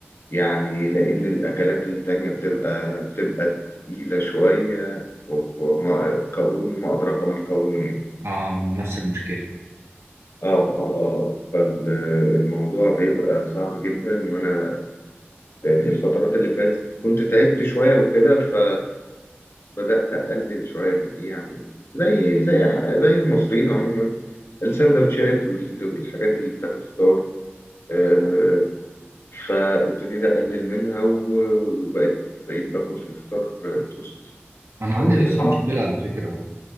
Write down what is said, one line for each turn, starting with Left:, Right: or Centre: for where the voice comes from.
Left: يعني لان الاكلات التانية بتبقى بتبقى تقيله شويه وما قولون وما ادراك ما القولون يعني.
Right: آه ما أنا نفس المشكلة
Left: اه اه آه. فالموضوع بيبقى صعب جدا وانا الفترات اللي فاتت كنت تعبت شويه وكده ف بدأت أقلل شوية من إيه يعني زي زي زي المصريين عموما السندوتشات وال- والحاجات اللي بتاعت الفطار آه، فابتديت أقلل منها و- وبقيت بقيت باكل في الفطار آه، توست
Right: أنا عندي
Left: آه،
Right: نفس المشكلة على فكرة